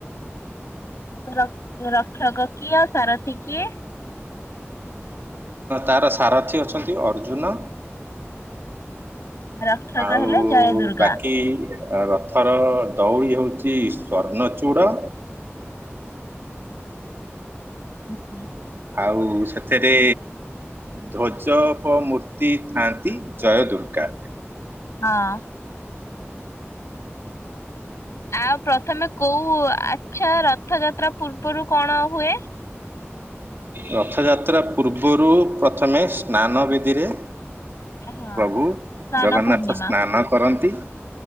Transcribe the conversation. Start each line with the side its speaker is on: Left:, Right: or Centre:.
Left: ତାଙ୍କ ରକ୍ଷକ କିଏ ଆଉ ସାରଥୀ କିଏ?
Right: ତାର ସାରଥୀ ଅଛନ୍ତି ଅର୍ଜୁନ।
Left: ରକ୍ଷକ
Right: ଆଉ
Left: ହେଲେ ଜୟ ଦୁର୍ଗା।
Right: ବାକି ରଥର ଦଉଡି ହଉଛି ସ୍ଵର୍ଣ୍ଣଚୂଡ।
Left: ଆଛା।
Right: ଆଉ ସେଥିରେ ଧ୍ୱଜପ ମୂର୍ତ୍ତି ଥାଆନ୍ତି ଜୟ ଦୁର୍ଗା।
Left: ହଁ। ଆଉ ପ୍ରଥମେ କୋଉ ଆଛା ରଥଯାତ୍ରା ପୂର୍ବରୁ କଣ ହୁଏ?
Right: ରଥଯାତ୍ରା ପୂର୍ବରୁ ପ୍ରଥମେ ସ୍ନାନ ବିଧିରେ
Left: ହଁ।
Right: ପ୍ରଭୁ
Left: ସ୍ନାନ
Right: ଜଗନ୍ନାଥ
Left: ପୂର୍ଣ୍ଣିମା।
Right: ସ୍ନାନ କରନ୍ତି।